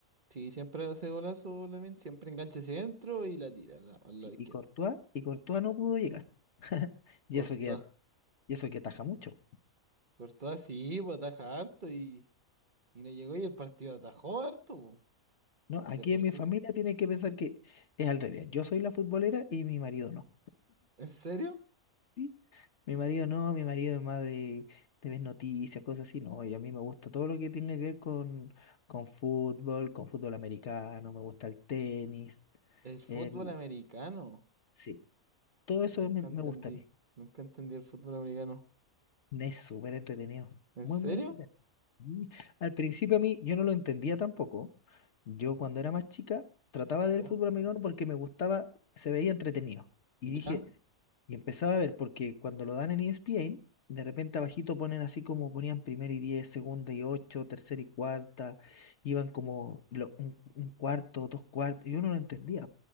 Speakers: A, on the right; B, on the left.
A: sí, siempre hace golazos, Lamine, siempre engancha hacia adentro y la tira a la- al
B: Sí,
A: lado izquierdo.
B: y Courtois, y Courtois no pudo llegar. <laughs> Y
A: Courtois,
B: eso que, y eso que ataja mucho.
A: Courtois sí, pues ataja harto y, y no llegó y el partido atajó harto, po,
B: No, aquí
A: de por
B: en
A: sí.
B: mi familia tienen que pensar que es al revés. Yo soy la futbolera y mi marido no.
A: ¿En serio?
B: ¿sí? Mi marido no, mi marido es más de, de ver noticias, cosas así. No, y a mí me gusta todo lo que tenga que ver con, con fútbol, con fútbol americano, me gusta el tenis,
A: El fútbol
B: el...
A: americano.
B: Sí, todo eso
A: Nunca
B: me, me
A: entendí,
B: gusta a mí.
A: nunca entendí el fútbol americano.
B: Es súper entretenido,
A: ¿En
B: muy,
A: serio?
B: muy entretenido. Sí. Al principio a mí yo no lo entendía tampoco. Yo cuando era más chica trataba de
A: ¿Ya?
B: ver fútbol americano porque me gustaba, se veía entretenido. Y
A: ¿Ya?
B: dije, Y empezaba a ver, porque cuando lo dan en ESPN, de repente abajito ponen así como ponían primero y diez, segunda y ocho, tercera y cuarta, iban como lo- un, un cuarto, dos cuartos, yo no lo entendía.